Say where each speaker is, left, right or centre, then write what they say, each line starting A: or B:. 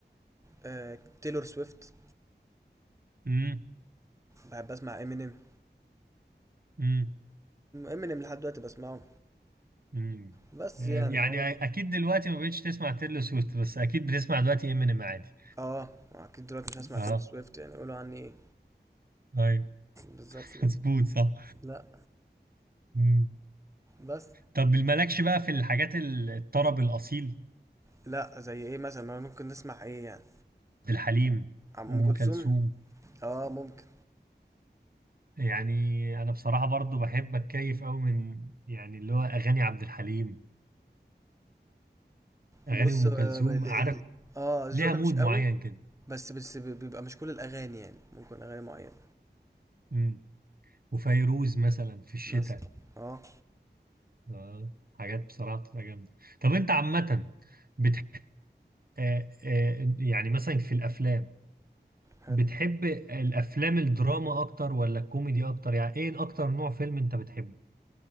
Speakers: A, on the right; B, on the right.
A: آه تيلور سويفت
B: امم
A: بحب اسمع امينيم
B: امم
A: امينيم لحد دلوقتي بسمعه
B: امم
A: بس يعني
B: يعني
A: هو
B: أكيد دلوقتي ما بقتش تسمع تيلو سويفت بس أكيد بتسمع دلوقتي امينيم عادي
A: اه اكيد دلوقتي مش هسمع
B: اه
A: تيلور سويفت يعني يقولوا عني ايه
B: ايوه
A: بالظبط
B: <laughs>
A: كده
B: مظبوط صح
A: لا
B: مم.
A: بس
B: طب مالكش بقى في الحاجات ال- الطرب الأصيل
A: لا زي ايه مثلا ما ممكن نسمع ايه يعني
B: الحليم
A: عم ام
B: أم
A: كلثوم
B: كلثوم
A: اه ممكن
B: يعني أنا بصراحة برضو بحب أتكيف أوي من يعني اللي هو أغاني عبد الحليم أغاني
A: بص
B: أم
A: اه
B: كلثوم
A: ال-
B: عارف
A: ال- آه، الذوق
B: ليها
A: ده
B: مود
A: مش قوي
B: معين كده
A: بس بس ب- بيبقى مش كل الاغاني يعني ممكن اغاني معينه
B: مم. وفيروز مثلا في الشتاء
A: مثلا اه
B: آه. حاجات بصراحة بتبقى جامدة طب أنت عامة بتح... آه آه يعني مثلا في الأفلام
A: حلو
B: بتحب الأفلام الدراما أكتر ولا الكوميدي أكتر يعني إيه أكتر نوع فيلم أنت بتحبه؟